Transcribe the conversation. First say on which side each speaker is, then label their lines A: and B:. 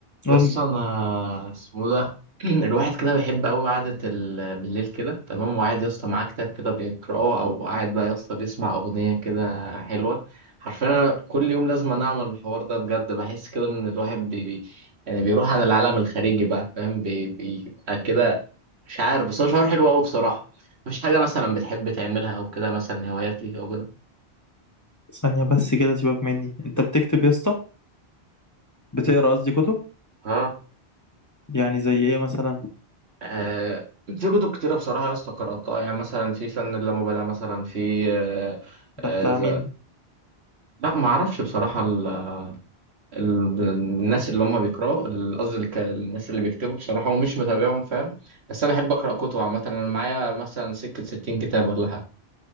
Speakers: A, on the left; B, on the right.
A: قول
B: يس
A: لي
B: انا اسمه ده <clears throat> الواحد كده بيحب قوي قعده ال... بالليل كده تمام وقاعد يا اسطى معاه كتاب كده بيقراه او قاعد بقى يا اسطى بيسمع اغنيه كده حلوه حرفيا أنا كل يوم لازم أنا اعمل الحوار ده بجد بحس كده ان الواحد بي... بي... يعني بيروح عن العالم الخارجي بقى فاهم بي... بيبقى كده مش عارف بس هو شعور حلو قوي بصراحه مفيش حاجه مثلا بتحب تعملها او كده مثلا هوايات ليك او كده
A: ثانية بس كده سيبك مني انت بتكتب يا اسطى بتقرا قصدي كتب
B: ها
A: يعني زي ايه مثلا
B: آه، في كتب كتيرة بصراحة يا اسطى قرأتها يعني مثلا في فن اللامبالاة مثلا في آه،
A: ده
B: آه،
A: بتاع
B: ز-
A: مين
B: لا ما أعرفش بصراحة ال... ال... الناس اللي هم بيقرأوا ال- قصدي الك- الناس اللي بيكتبوا بصراحة ومش متابعهم فاهم بس أنا أحب أقرأ كتب عامة أنا معايا مثلا سكة 60 كتاب ولا حاجة